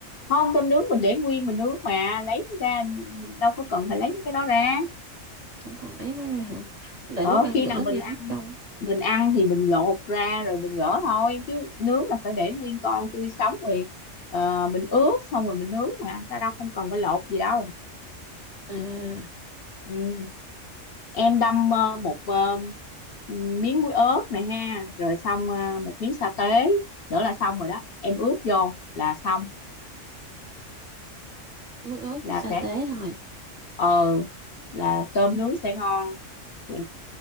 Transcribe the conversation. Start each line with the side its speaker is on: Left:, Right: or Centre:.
Left: Không, tôm nướng mình để nguyên mình nướng mà, lấy ra đâu có cần phải lấy mấy cái đó ra.
Right: không còn lấy nó ra hả lại
Left: Ờ,
Right: lúc ăn
Left: khi
Right: gỡ
Left: nào mình
Right: ra
Left: ăn
Right: mất công
Left: mình ăn thì mình lột ra rồi mình gỡ thôi chứ nướng là phải để nguyên con tươi sống rồi ờ, mình ướp xong rồi mình nướng mà ta đâu không cần phải lột gì đâu
Right: à
Left: ừ. em đâm ờ, một ờ, miếng muối ớt nè ha rồi xong ờ, một miếng sa tế nữa là xong rồi đó em ướp vô là xong
Right: mới ớt
Left: là
Right: với sa
Left: sẽ
Right: tế thôi
Left: ờ là tôm nướng sẽ ngon Ừ,